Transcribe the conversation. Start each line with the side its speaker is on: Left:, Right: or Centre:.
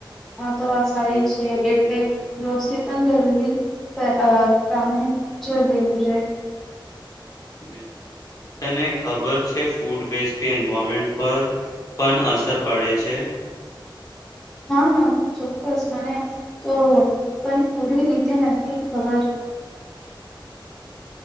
Centre: હા તો વાત સારી છે, એટલે ગોસરી પણ જરૂરી અ પ્રમે પ્રામે જો લેવું છે.
Left: બિલકુલ તને ખબર છે ફૂડ વેસ્ટથી એન્વામેન્ટ પર પણ અસર પડે છે?
Centre: હા ચોક્કસ મને તો પણ પૂરી રીતે નથી ખબર.